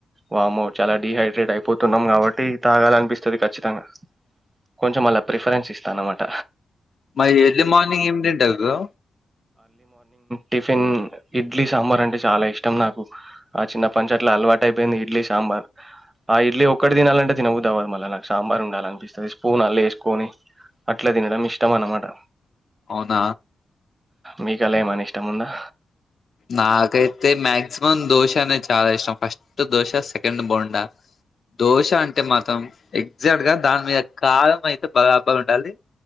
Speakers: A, on the right (about 30°); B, on the left (about 60°).
A: వామ్మో చాలా డిహైడ్రేట్ అయిపోతున్నాం కాబట్టి తాగాల అనిపిస్తది ఖచ్చితంగా కొంచెం అళ్ళ ప్రిఫరెన్స్ ఇస్తానమాట
B: మరి ఎర్లీ మార్నింగ్ ఏమి తింటారు బ్రో
A: టిఫెన్ ఇడ్లీ సాంబార్ అంటే చాలా ఇష్టం నాకు ఆ తిన్నపాటి నుంచి అలవాటు అయిపోయింది ఇడ్లీ సాంబార్ ఆ ఇడ్లీ ఒక్కటి తినలంటే తినబుద్ధి అవ్వదు మళ్ళీ నాకు సాంబార్ ఉండాల అనిపిస్తది స్పూన్ అల ఏసుకొని అట్ల తినడం ఇష్టం అనమాట
B: అవున
A: మీకల ఏమన ఇష్టం ఉందా
B: నాకైతే మాక్సిమం దోశ అనేది చాలా ఇష్టం ఫస్ట్ దోశ సెకండ్ బొండా దోశ అంటే మాత్రం ఎగ్జాక్ట్ గా దాని మీద కారం అయితే బరబర్ ఉంటది